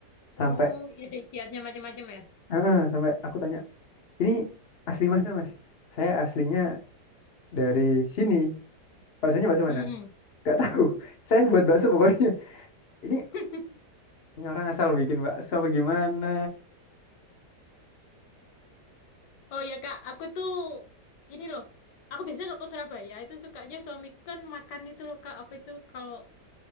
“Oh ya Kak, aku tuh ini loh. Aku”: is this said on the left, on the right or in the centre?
Left